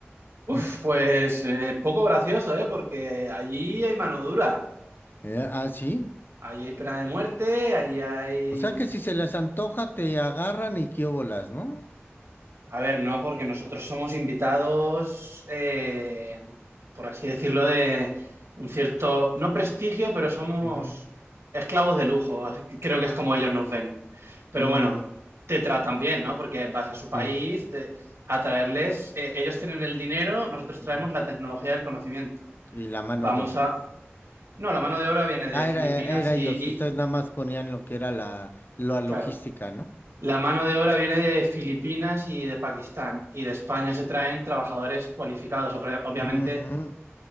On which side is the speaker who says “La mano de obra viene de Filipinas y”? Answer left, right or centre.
Right